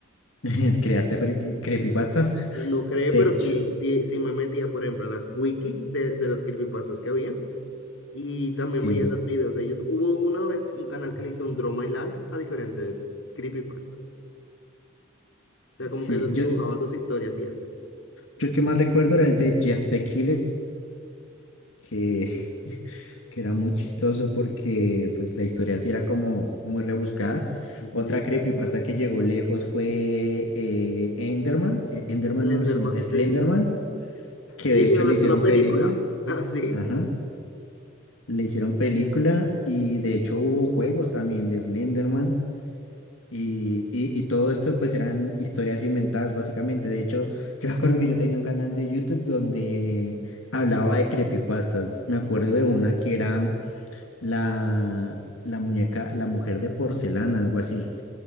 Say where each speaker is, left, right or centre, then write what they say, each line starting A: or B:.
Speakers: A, on the left (about 85°); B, on the left (about 65°).
A: <laughs> ¿Creaste pre- creepypastas?
B: No cree,
A: De
B: pero
A: hecho,
B: sí, sí, sí me metía, por ejemplo, a las wiki de, de los creepypastas que había y
A: sí,
B: también veía los videos de YouTube. Hubo una vez un canal que le hizo un Draw My Life a diferentes creepypastas. O sea,
A: sí.
B: como que los
A: Yo,
B: dibujaban sus historias y eso.
A: Yo el que más recuerdo era el de Jeff the Killer, que, que era muy chistoso porque pues la historia sí era como muy rebuscada. Otra
B: Sí,
A: creepypasta que llegó lejos fue eh, Enderman, eh, Enderman
B: Slenderman,
A: no, sino Slenderman,
B: sí.
A: que
B: Y
A: de
B: que
A: hecho
B: es
A: le hicieron
B: una película.
A: película.
B: <laughs> Así.
A: Ajá, le hicieron película y de hecho hubo juegos también de Slenderman. Y, y, y todo esto pues eran historias inventadas básicamente. De hecho, yo me acuerdo que yo tenía un canal de YouTube donde hablaba de creepypastas. Me acuerdo de una que era la, la muñeca, la mujer de porcelana, algo así.